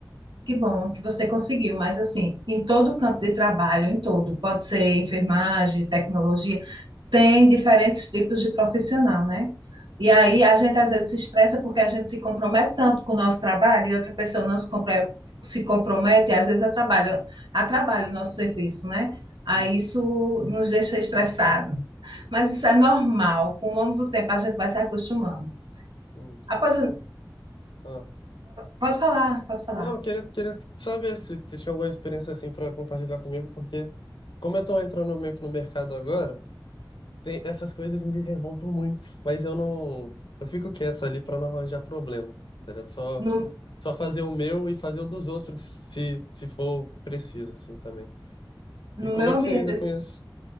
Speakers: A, on the right; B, on the left.
A: Que bom que você conseguiu, mas assim, em todo o campo de trabalho, em todo, pode ser enfermagem, tecnologia, tem diferentes tipos de profissional, né? E aí a gente às vezes se estressa porque a gente se compromete tanto com o nosso trabalho e outra pessoa não se, compre- se compromete e às vezes atrapalha, atrapalha o nosso serviço, né? Aí
B: Uhum,
A: isso nos deixa estressado.
B: uhum,
A: Mas isso é normal, com o longo do tempo a gente vai se acostumando.
B: uhum.
A: Após,
B: Ah.
A: pode falar, pode falar.
B: Não, eu queria, queria saber se você tinha alguma experiência assim para compartilhar comigo, porque como eu tô entrando meio que no mercado agora, Tem- essas coisas me revoltam muito, mas eu não. Eu fico quieto ali pra não arranjar problema. Tá ligado? Só,
A: No,
B: só fazer o meu e fazer o dos outros, se, se for preciso, assim também.
A: no
B: E como
A: meu
B: é
A: ambiente
B: que você lida com isso?